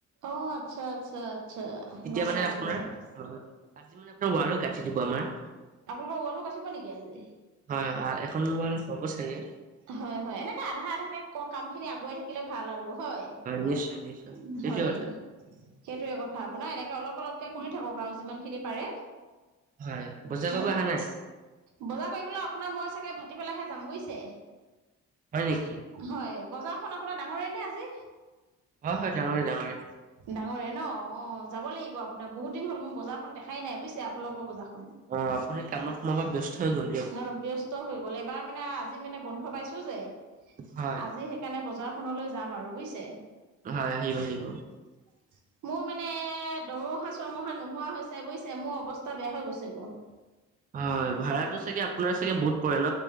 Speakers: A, on the right; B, on the right.
A: অ আচ্ছা আচ্ছা আচ্ছা
B: তেতিয়া
A: গম
B: মানে
A: পাইছো
B: আপোনাৰ
A: গম পাইছো
B: হয় আজি মানে আপোনাৰ ৱালও গাঠি দিব আমাৰ
A: আপোনালোকৰ ৱালো গাঠিব নেকি আজি
B: হয় হয় এখন মোবাইল পাব চাগে
A: হয় হয় এনেকে আধা আধাকে ক কাম খিনি আগুৱাই থাকিলে ভাল আৰু হয়
B: নিশ্চয় নিশ্চয়
A: উম
B: সেইটোৱে
A: হয়
B: কথা
A: সেইটোয়ে কথা আপোনাৰ এনেকে অলপ অলপকে পঢ়ি থাকক আৰু যিমান খিনি পাৰে
B: হয় বজাৰ
A: হয়।
B: কৰিব অহা নাই
A: বজাৰ কৰিবলে আপোনাৰ মই চাগে ভাটি বেলাহে যাম বুজিছে
B: হয় নেকি
A: হয় বজাৰখন আপোনাৰ ডাঙৰে নে আজি
B: হয় হয় ডাঙৰে ডাঙৰে
A: ডাঙৰে ন অ যাব লাগিব আপোনাৰ বহুত দিন হ'ল মোৰ বজাৰ খন দেখাই নাই বুজিছে আপোনালোকৰ বজাৰখন
B: অ আপুনি কামত সোমোৱা পৰা ব্যস্ত হৈ গ'ল দিয়ক
A: অ ব্যস্ত হৈ গল এইবাৰ মানে আজি মানে বন্ধ পাইছো যে আজি সেইকাৰণে
B: হয়
A: সেইকাৰণে বজাৰখনলৈ যাম আৰু বুজিছে
B: হয় আহিব আহিব
A: <unintelligible> মোৰ মানে এ দৰমহা চৰমহা নোহোৱা হৈছে বুজিছে মোৰ অৱস্থা বেয়া হৈ গৈছে ক
B: হয় ভাড়াতো চাগে আপোনাৰ চাগে বহুত পৰে ন